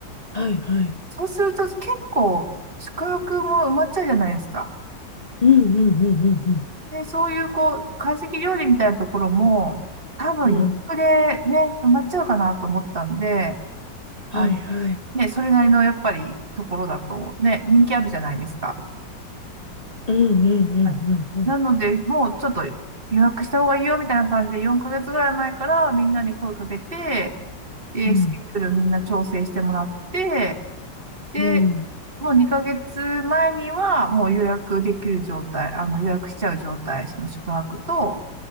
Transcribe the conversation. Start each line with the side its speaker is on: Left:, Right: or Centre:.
Left: はいはい。
Right: そうすると結構宿泊も埋まっちゃうじゃないですか。
Left: うんうんうんうん
Right: で、そういうこう、懐石料理みたいなところも、多分予約でね、
Left: うん。うん。
Right: 埋まっちゃうかなと思ったんで、
Left: はいはい。
Right: あの、ね、それなりのやっぱりところだとね、人気あるじゃないですか。
Left: うんうんうんうんうん。
Right: はいなので、もうちょっと予約した方がいいよみたいな感じで4ヶ月ぐらい前からみんなに声かけて、で、
Left: うん。
Right: スケジュールみんな調整してもらって、で、
Left: うん
Right: もう2ヶ月前にはもう予約できる状態、あの予約しちゃう状態、その宿泊と、